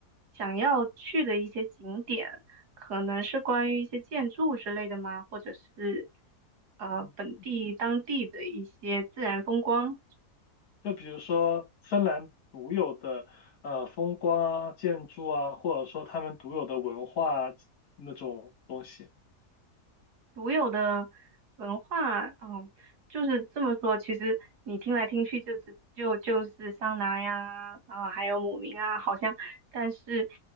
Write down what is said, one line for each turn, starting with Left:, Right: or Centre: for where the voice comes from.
Right: 想要去的一些景点，可能是关于一些建筑之类的吗？或者是呃本地当地的一些自然风光。
Left: 嗯，就比如说芬兰独有的呃风光啊建筑啊，或者说他们独有的文化那种东西。
Right: 独有的文化，嗯，就是这么说。其实你听来听去就就就就是桑拿呀，啊，还有姆明啊，好像，但是